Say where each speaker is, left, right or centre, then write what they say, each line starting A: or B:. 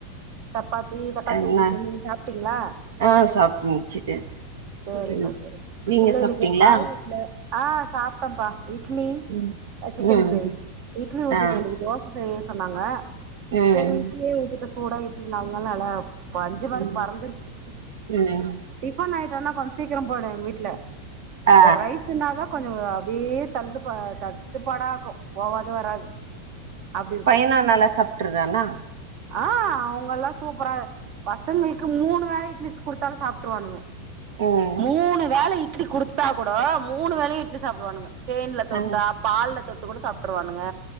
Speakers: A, on the right; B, on the right.
A: சப்பாத்தி தக்காளி
B: என்ன
A: சட்னி செஞ்சு நீங்க சாப்ட்டீங்களா
B: ஆ சாப்ட்டு முடிச்சுட்டே
A: செரிப்பா
B: ம்
A: செரி
B: நீங்க
A: இல்ல
B: சாப்ட்டீங்களா
A: இன்னைக்கு ஒரு பாய் வீட்ல ஆ சாப்ட்டப்பா இட்லி
B: ம்
A: ஆ சிக்கன்
B: ம்
A: கிரேவி இட்லி ஊத்திட்ட
B: ஆ
A: இன்னைக்கு தோச செய்ய சொன்னாங்க
B: ம்
A: செரி இட்லியே ஊத்திட்ட சூடா இட்லி நால் நாளா நல்ல பஞ்சு மாரி
B: ம்
A: பறந்துருச்சு
B: ம்
A: டிஃபன் ஐயிட்டோனா கொஞ்ச சீக்கிர போய்டு எங்க வீட்ல
B: ஆ
A: இந்த ரைஸ்ஸுன்னாதா கொஞ்ச அப்டியே தள்ளுப்பா தட்டுப்பாடா இருக்கும் போவாது வராது அப்டி இருக்கும்
B: பையனு நல்லா சாப்ட்டுறானா
A: ஆ அவுங்கல்லா சூப்பரா பசங்களுக்கு மூணு வேளையு இட்லி குடுத்தாலு ஸ் சாப்ட்டுருவானுங்க
B: ம்
A: மூணு வேள இட்லி குடுத்தா கூடோ மூணு வேளையு இட்லி சாப்டுவானுங்க தேன்ல தொட்டா
B: ஆ
A: பால்ல தொட்டு கூட சாப்ட்டுருவானுங்க